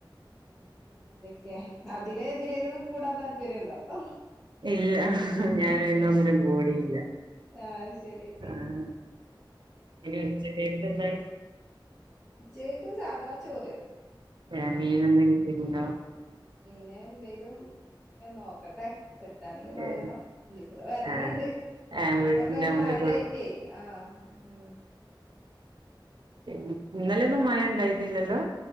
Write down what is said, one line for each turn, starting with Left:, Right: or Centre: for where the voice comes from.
Centre: ഉം പിന്നെ എന്തൊക്കെ അതില് എതിലേലൊന്നു കൂടാ താല്പര്യുണ്ടോ? അഹ്
Right: ഇല്ല ഞൻ പ്ന്നൊന്നിനും കൂടിയില്ല.
Centre: ആഹ് ശരി.
Right: ആഹ് പിന്നെ ഉച്ചക്കേത്ത്ക്കെന്താണ്?
Centre: ഉച്ചേക്ക് സാധാ ചോറ്.
Right: ഏ മീനൊന്നു കിട്ടീണ്ടോ?
Centre: എ എന്തേലും എ നോക്കട്ടെ, കിട്ടാണെങ്കി വാങ്ങണം.
Right: ഏഹ്
Centre: ലി ഇവിടെ വെരല്ണ്ട്
Right: ആഹ് ആഹ് വീട്ടിന്റെ
Centre: പൊക്കയിന്
Right: മുറ്റത്തോട്
Centre: മഴയിറ്റ്. ആഹ് ഉം
Right: ന്നെ ഇന്നലൊന്നും മയ ഉണ്ടായിരുന്നില്ലല്ലോ?